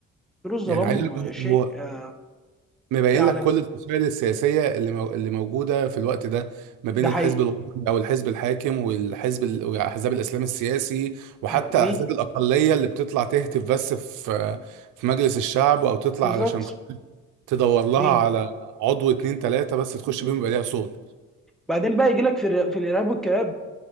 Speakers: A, in the centre; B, on the right (about 85°).
A: فيروز
B: يعني
A: الظلام
B: عايز أقول
A: شيء
B: لك هو
A: آه،
B: مبين
A: شيء عالمي
B: لك كل الفصائل السياسية اللي مو... اللي موجودة في الوقت ده ما بين
A: ده حقيقي
B: الحزب الوطني او الحزب الحاكم والحزب ال... واحزاب الاسلام السياسي وحتى
A: اه ويجي
B: احزاب الاقلية اللي بتطلع تهتف بس في في مجلس الشعب او تطلع
A: بالظبط
B: علشان تدور لها
A: ويجي
B: على عضو اتنين تلاتة بس تخش بيهم يبقى ليها صوت
A: بعدين بقى يجي لك في الر- في الارهاب والكباب